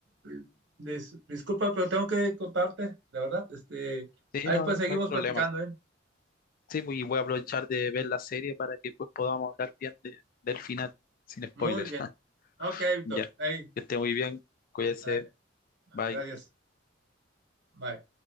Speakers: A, on the right; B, on the left.
A: eh, dis- disculpa, pero tengo que contarte, la verdad. Este,
B: Sí,
A: ahí
B: no,
A: después
B: no
A: seguimos
B: hay problema.
A: platicando, ¿eh?
B: Sí, pues, y voy a aprovechar de ver la serie para que pues podamos hablar bien de- del final, sin spoilers.
A: Muy bien.
B: <laughs>
A: Ok, Víctor.
B: Ya.
A: Ahí,
B: Que esté muy bien, cuídese,
A: ándale.
B: bye.
A: Gracias. Bye.